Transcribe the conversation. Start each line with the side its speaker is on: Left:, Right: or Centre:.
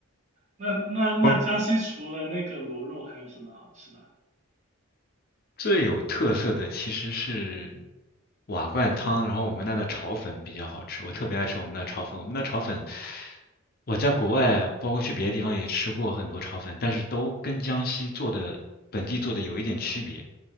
Right: 那那那江西除了那个螺肉，
Left: 我
Right: 还有什么好吃的？
Left: 最有特色的其实是瓦罐汤，然后我们那的炒粉比较好吃，我特别爱吃我们那炒粉。我们那炒粉，我在国外，包括去别的地方也吃过很多炒粉，但是都跟江西做的本地做的有一点区别。